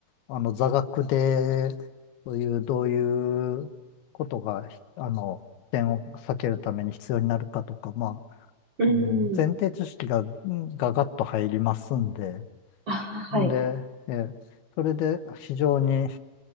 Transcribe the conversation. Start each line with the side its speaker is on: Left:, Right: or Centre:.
Left: あの、座学で、そういう、どういうことが、ひあの、危険を避けるために必要になるかとか、ま
Right: うん。
Left: あ、あの、前提知識が、んがガッと入りますんで、
Right: ああ、
Left: んで、
Right: はい。
Left: えー、それで、非常に